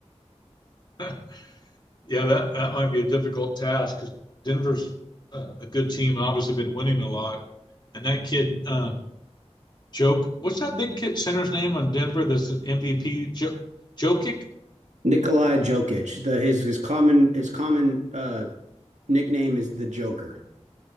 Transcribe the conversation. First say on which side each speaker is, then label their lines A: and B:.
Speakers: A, on the left (about 40°); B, on the right (about 90°).
A: <laughs> Yeah, that, that might be a difficult task because Denver's a, a good team and obviously been winning a lot. And that kid, um, Joke, what's that big kid center's name on Denver that's the MVP? Jo- Jokic?
B: Nikolai Jokic, the his his common his common uh nickname is the Joker.